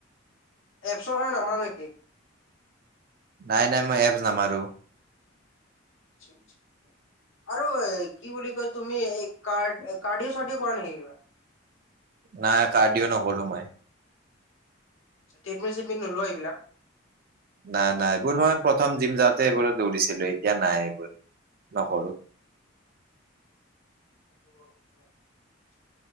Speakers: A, on the left; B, on the right.
A: এপছৰ কাৰণে নামাৰা নেকি?
B: নাই নাই মই এপছ নামাৰো।
A: আচ্ছা আচ্ছা। আৰু এ কি বুলি কয় তুমি এই কাড কাৰ্ডিও চাৰ্ডিও কৰা নেকি কিবা?
B: নাই কাৰ্ডিও নকৰো মই।
A: ট্ৰেডমিল চেডমিল নলোৱা এইবিলাক,
B: নাই নাই এইবোৰ মই প্ৰথম জিম যাওঁতে এইবোৰত দৌৰিছিলো এতিয়া নাই এইবোৰ নকৰো।
A: উম অ,